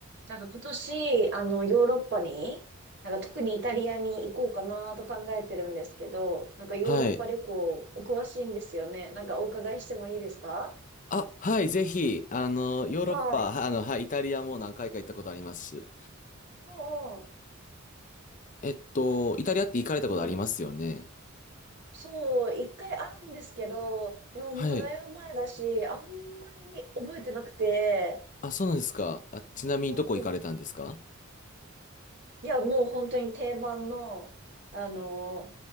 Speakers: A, on the right (about 55°); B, on the left (about 40°).
A: なんか今年、あの、ヨーロッパに、なんか特にイタリアに行こうかなと考えてるんですけど、なんかヨーロッパ旅行お詳しいんですよね。
B: はい。
A: なんかお伺いしてもいいですか
B: あ、はい、ぜひ、あの、ヨーロッパ、
A: はい。
B: はあの、はい、イタリアも何回か行ったことあります。
A: おう
B: えっと、イタリアって行かれたことありますよね。
A: おう、うん。そう、一回あるんですけど、でももうだいぶ前だし、
B: はい。
A: あんまり覚えてなくて、
B: あ、そうなんですか。あ、ちなみにどこ行かれたんですか
A: うんいや、もう本当に定番の、あの、